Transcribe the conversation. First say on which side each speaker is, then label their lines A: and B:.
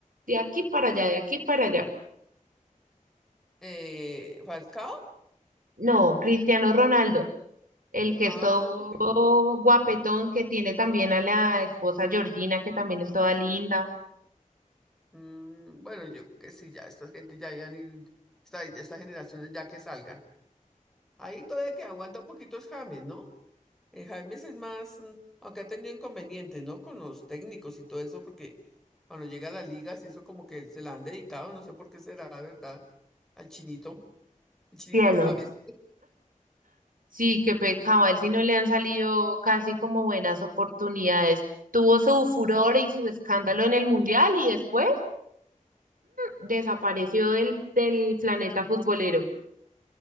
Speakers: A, on the right; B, in the centre.
A: de aquí para allá, de aquí para allá.
B: Eh, Falcao.
A: No, Cristiano Ronaldo. el que
B: Ah,
A: es todo
B: porque
A: guapetón, que tiene también a la esposa Georgina, que también es toda linda.
B: Mm, bueno, yo creo que sí, ya esta gente ya habían ir esta, estas generaciones ya que salgan. Ahí todavía que aguanta un poquito es James, ¿no? Eh, James es más, mm, aunque ha tenido inconvenientes, ¿no? Con los técnicos y todo eso, porque cuando llega a la liga, sí, eso como que se la han dedicado, no sé por qué será, ¿verdad? Al chinito, al chinito
A: Cielo.
B: James.
A: Sí, que cabal, si no le han salido casi como buenas oportunidades. Tuvo su furor y su escándalo en el mundial y después desapareció del, del planeta futbolero.